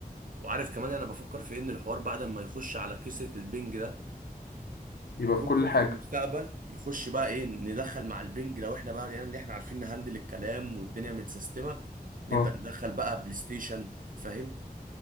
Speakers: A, on the right; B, on the left.
A: وعارف كمان أنا بفكر في إن الحوار بعد ما يخش على كسرة البنج ده
B: يبقى
A: ممكن
B: في كل
A: في
B: حاجه
A: المستقبل يخش بقى إيه ندخل مع البنج لو إحنا بقى يعني اللي إحنا عارفين نهندل الكلام والدنيا متسيستمة نبدأ
B: آه.
A: ندخل بقى بلاي ستيشن فاهم